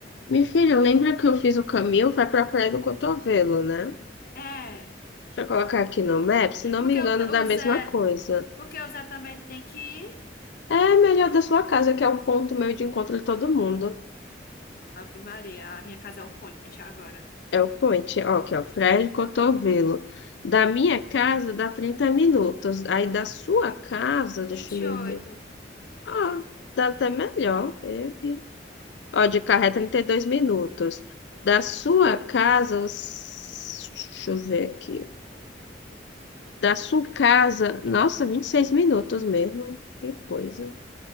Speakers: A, on the left (about 75°); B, on the left (about 55°).
A: Minha filha, lembra que eu fiz o caminho? Vai pra Praia do Cotovelo, né?
B: É,
A: Deixa eu colocar aqui no Maps, se não
B: porque
A: me engano,
B: o, Ta-
A: dá
B: o
A: a mesma
B: Zé,
A: coisa.
B: porque o Zé também tem que ir.
A: É melhor da sua casa, que é o ponto meio de encontro de todo mundo.
B: Ave Maria, a minha casa é o point agora.
A: É o point, ó, que é o Praia do Cotovelo. Da minha casa dá 30 minutos. Aí da sua casa, deixa
B: Vinte
A: eu me
B: e oito.
A: ver. Ah, dá até melhor. Eu, hein? Ó, de carro é 32 minutos. Da sua casa, os- deixa eu ver aqui. Da sua casa, nossa, 26 minutos mesmo. Que coisa.